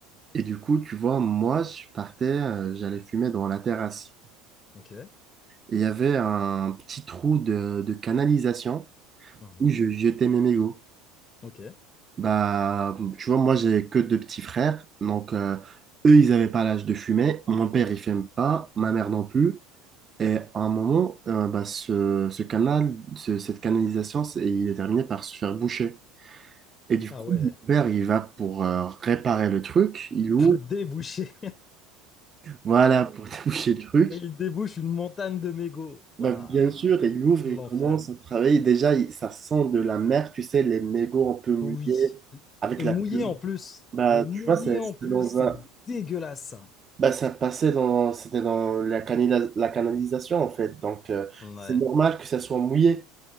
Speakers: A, on the right (about 25°); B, on the left (about 25°).
A: Et du coup, tu vois, moi, je partais, euh, j'allais fumer dans la terrasse.
B: ok.
A: Et il y avait un petit trou de, de canalisation
B: Mhm.
A: où je jetais mes mégots.
B: Ok.
A: Bah, tu vois, moi, j'ai que deux petits frères. Donc, euh, eux, ils n'avaient pas l'âge de fumer. Mon père, il fume pas. Ma mère non plus. Et à un moment, euh, bah, ce, ce canal, ce- cette canalisation, c'est- il est terminé par se faire boucher. Et du
B: Ah
A: coup,
B: ouais.
A: mon père, il va pour euh, réparer le truc. Il ouvre.
B: Pour déboucher.
A: Voilà, pour <laughs> déboucher le truc.
B: Et il débouche une montagne de mégots. Waouh.
A: Bah, bien sûr, il ouvre,
B: L'enfer.
A: il commence à travailler. Déjà, il- ça sent de la mer, tu sais, les mégots un peu mouillés
B: Oui.
A: avec
B: Et
A: la
B: mouillé
A: pluie.
B: en plus.
A: Bah,
B: Et mouillé
A: tu vois, c'est-
B: en
A: c'était
B: plus.
A: dans
B: C'est
A: un...
B: dégueulasse. ça.
A: bah, ça passait dans, c'était dans la, canalisa- la canalisation, en fait. Donc, euh,
B: Ouais.
A: c'est normal que ça soit mouillé.